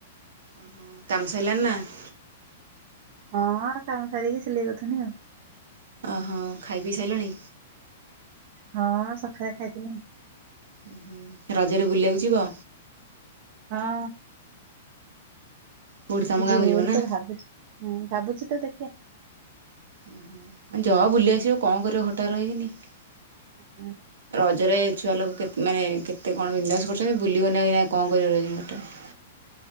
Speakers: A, on the right; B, on the right.
A: ଓହୋ କାମ ସଇଲାନି ନା <inaudible>
B: ହଁ କାମ ସାରିକି ସିଲେଇ କରୁଥିନି ଆଉ।
A: ଓ ହ ଖାଇ ପିଇ ସାଇଲଣି?
B: ହଁ ସଖାଳେ ଖାଇଥିନି। <inaudible>
A: ଉହୁଁ ରଜରେ ବୁଲିଆକୁ ଯିବ?
B: ଆଁ
A: କୋଉଠି ତମ ଗାଁକୁ
B: ଯିମି
A: ଯିବ
B: ବୋଲି
A: ନା?
B: ତ ଭାବୁଚି ହଁ ଭାବୁଚି ତ ଦେଖିଆ
A: ଉହୁଁ ଆ ଯଅ ବୁଲି ଆସିବ କଅ କରିବ ଘର ଟାରେ ରଇକିନି? <inaudible>
B: <unintelligible>
A: ରଜରେ ଛୁଆ ଲୋକ ମାନେ କେତେ କଣ ବିନଦାସ କରୁଚନ୍ତି ବୁଲିବନି ଆଉ ଏଇନା କଅ କରିବ ରାଇକିନା ଘର ଟାରେ? <inaudible>